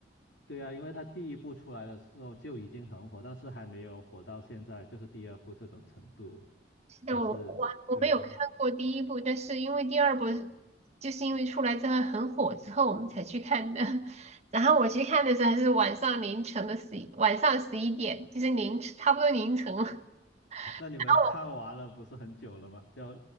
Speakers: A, on the left; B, on the right.
A: 对啊，因为他第一部出来的时候就已经很火，但是还没有火到现在，就是第二部这种程度。
B: 是的我我我没有看过第一部，
A: 我是，对啊，
B: 但是因为第二部就是因为出来之后很火之后我们才去看的。<laughs> 然后我去看的时候还是晚上凌晨的十一，晚上十一点，就是凌晨差不多凌晨了。<laughs> 然
A: <laughs> 那你们看完了不是很久了吗？
B: 后我
A: 要